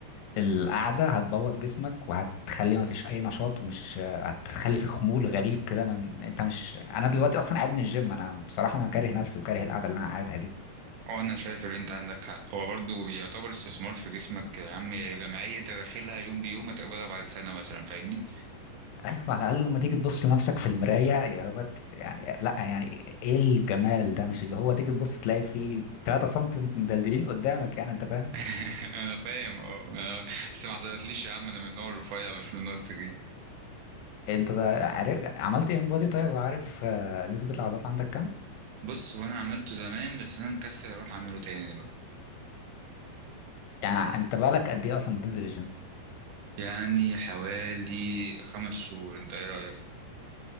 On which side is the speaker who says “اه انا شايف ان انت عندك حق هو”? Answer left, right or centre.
Right